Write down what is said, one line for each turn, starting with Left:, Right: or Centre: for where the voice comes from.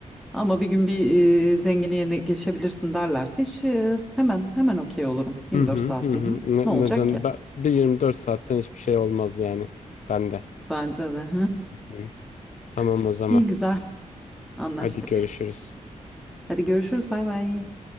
Centre: Ama bir gün bir e, zengini yerine geçebilirsin derlerse hiç e, hemen hemen okey olurum. 24
Left: Hı hı
Centre: saatliğine.
Left: hı. hı. Ne-
Centre: Ne olacak
Left: neden?
Centre: ki?
Left: Ben, bir 24 saatten hiçbir şey olmaz yani. Ben de.
Centre: Bence de.
Left: Hı. Tamam
Centre: <laughs>
Left: o zaman.
Centre: İyi güzel. Anlaştık.
Left: Hadi görüşürüz.
Centre: Hadi görüşürüz. Bay bay.